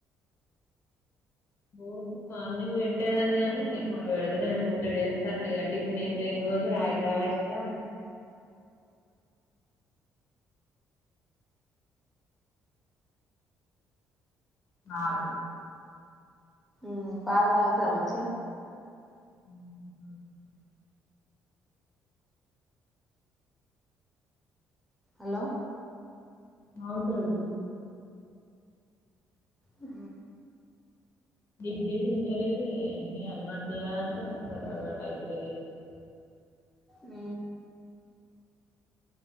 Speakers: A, on the left; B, in the centre.
A: బోద్దు మార్నింగ్ పెట్టేదని కాగానీ ఇప్పుడు విడదలే టూ త్రీ డేస్ తర్లే టిఫిన్ ఏమి లేని రోజు రాగి జావా అ చాలు
B: అ ఉ పాలుతాగుతదా మంచిగా
A: ఉ
B: హలో
A: నవుతది
B: ఆ
A: దిదిే తింటలేదు ఇం అలవాటు చేయాలంటే వస్తారు అలవాటు అవుతులేదిది
B: అ